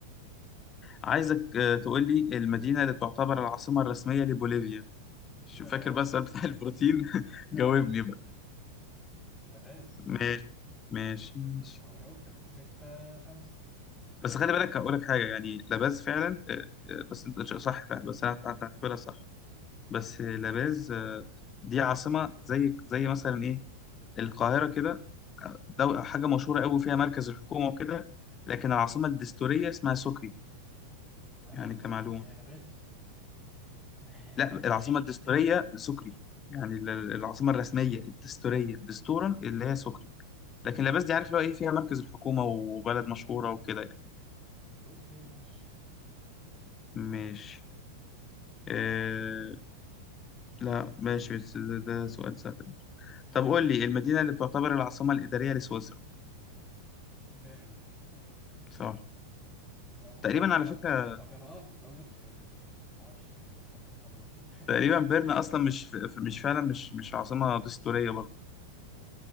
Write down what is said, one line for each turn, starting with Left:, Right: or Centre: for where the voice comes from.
Left: عايزك آه، تقول لي المدينه اللي تعتبر العاصمه الرسميه لبوليفيا شو
Centre: لباز
Left: فاكر بقى السؤال بتاع البروتين <laughs>
Centre: لباز
Left: جاوبني بقى
Centre: لباز
Left: ماشي ماشي ماشي
Centre: اهو جاوبتك ستة خمسة
Left: بس خلي بالك هقول لك حاجه يعني لاباز فعلا آه، آه، بس انت ش- صح فعلا بس انا هعتبرها صح بس آه، لاباز آه، دي عاصمه زي زي مثلا ايه القاهره كده آه، دو- حاجه مشهوره قوي فيها مركز الحكومه وكده لكن العاصمه الدستوريه اسمها سكري
Centre: ماشي
Left: يعني
Centre: بس
Left: كمعلومه
Centre: انا هي لباز <laughs>
Left: لا العاصمه الدستوريه سكري يعني ال- ال- العاصمه الرسميه الدستوريه دستورا اللي هي سكري لكن لاباز دي عارف لو ايه فيها مركز الحكومه وبلد مشهوره وكده يعني
Centre: اوكي ماشي
Left: ماشي آه، لا ماشي بس ده, ده سؤال سهل برضه طب قول لي المدينة اللي بتعتبر العاصمة الإدارية لسويسرا
Centre: بيرن
Left: صح
Centre: لو
Left: تقريبا
Centre: كانت غلط
Left: على فكرة
Centre: لو كانت غلط كنت اقول لك زيوريخ معرفش إيه هم هم دول
Left: تقريبا
Centre: <laughs>
Left: بيرن أصلا مش ف- مش فعلا مش مش عاصمة دستورية برضه